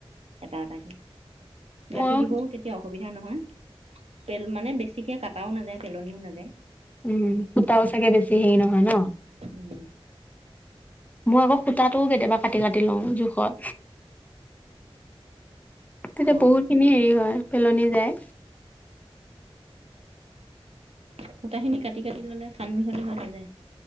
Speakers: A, on the right; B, on the left.
A: এটা এটাকে
B: মইও
A: গাঁঠি দিবও তেতিয়া অসুবিধা নহয় পেল মানে বেছিকে কাটাও নাযায় পেলনিও নাযায়
B: উম সূতাও চাগে বেছি সেই নহয় ন
A: উম
B: মই আকৌ সূতাটোও কেতিয়াবা কাটি কাটি লওঁ জোখত তেতিয়া
A: অ
B: বহুত খিনি হেৰি হয় পেলনি যায়
A: সূতা খিনি কাটি কাটি ললে চান মিহলি হৈ নাযায়